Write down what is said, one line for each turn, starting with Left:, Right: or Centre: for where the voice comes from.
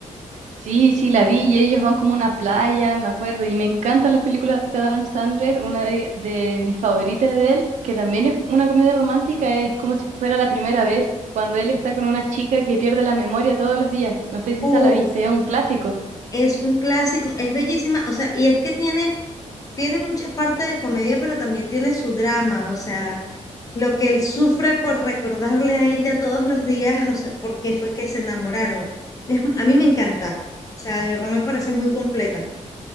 Right: Sí, sí, la vi y ellos van como a una playa, me acuerdo, y me encantan las películas de Adam Sandler, una de, de mis favoritas de él, que también es una comedia romántica, es como si fuera la primera vez, cuando él está con una chica que pierde la memoria todos los días. No sé si
Left: Uf,
Right: esa la viste, es un clásico.
Left: es un clásico, es bellísima, o sea, y es que tiene, tiene mucha parte de comedia, pero también tiene su drama, o sea, lo que él sufre por recordarle a ella todos los días, o sea, por qué fue que se enamoraron. Es- a mí me encanta, o sea, de verdad me parece muy completa.